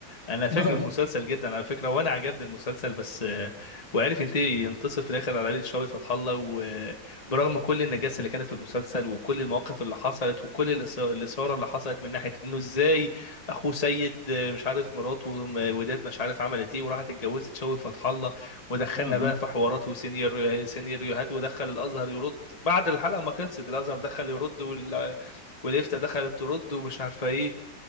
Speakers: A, on the left; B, on the left.
A: انا فاكر
B: <laughs> اه
A: المسلسل جدا على فكره وانا عجبني المسلسل بس آه، وعرف ينتهي ينتصر في الاخر على عائله شوي فتح الله وبرغم كل النجاسه اللي كانت في المسلسل وكل المواقف اللي حصلت وكل الإث- الاثاره اللي حصلت من ناحيه انه ازاي اخوه سيد آه، مش عارف مراته م- وداد مش عارف عملت ايه وراحت اتجوزت شوي فتح الله ودخلنا
B: اه
A: بقى في حوارات وسينيور سيناريوهات ودخل الازهر يرد بعد الحلقه ما خلصت الازهر دخل يرد وال... والإفتاء دخلت ترد ومش عارفه ايه